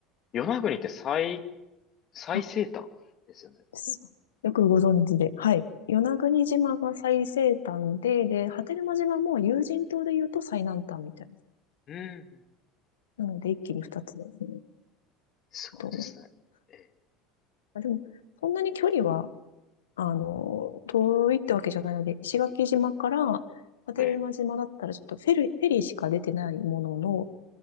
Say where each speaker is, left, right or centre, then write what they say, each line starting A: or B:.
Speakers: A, on the left; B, on the left.
A: 与那国って最、最西端ですよね。
B: あ、そうよくご存知で。はい。与那国島が最西端で、で、波照間島も有人島で言うと最南端みたいです。
A: うん、うん、うん、うんうん。
B: なので、一気に二つですね。
A: すごいですね。
B: 島
A: え
B: あ、でも、そんなに距離はあの、遠いってわけじゃないので、石垣島から波照間島だったらちょっとフェリー、
A: ー、え
B: フェリーしか出てないものの、